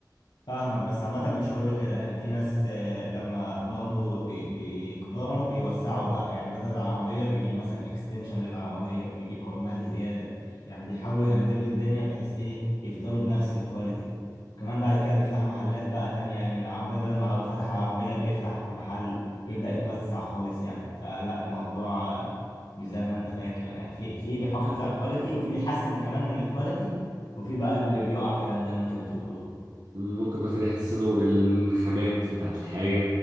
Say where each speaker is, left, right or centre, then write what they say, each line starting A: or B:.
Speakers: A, on the left (about 85°); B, on the right (about 65°).
A: فاهمك بس عامة مش كله كده يعني في ناس آه، لما برضه بي- بيكبروا بيوسعوا بقى يعني بدل العربية بيجيب مثلا اكستنشن للعربية بيجيب عمال زيادة يعني بيحاولوا يهندلوا الدنيا بحيث ايه يفضلوا بنفس الكواليتي كمان بعد كده بيفتحوا محلات بقى تانية يعني العربية بدل ما فتح عربية بيفتح محل ويبدأ يتوسع خالص يعني فلا الموضوع آه، مش زي ما انت فاكر يعني في في بيحافظ على الكواليتي وفي بيحسن كمان من الكواليتي وفي بقى اللي بيقع فعلا زي ما انت بتقول
B: ممكن مثلا يحسنوا الخامات بتاعت الحاجة